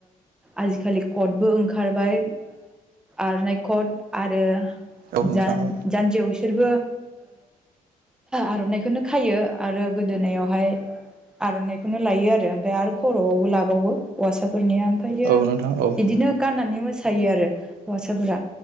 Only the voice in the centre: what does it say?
आजिखालि कटबो ओंखारबाय आरनाइ कट आरो
जा
जानजियाव बिसोरबो आर'नाइखौनो। खायो आरो गोदोनायावहाय आर'नाइखौनो लायो आरो ओमफ्राय आरो खर'आवबो लाबावो हौवासाफोरनि ओमफ्रायो
बिदिनो गाननानै मो सायो आरो हौवासाफोरा